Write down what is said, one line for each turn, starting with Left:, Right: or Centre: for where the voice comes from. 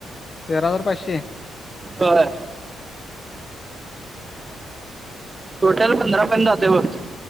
Left: तेरा हजार पाचशे
Right: होय टोटल पंधरा पर्यंत जाते बघ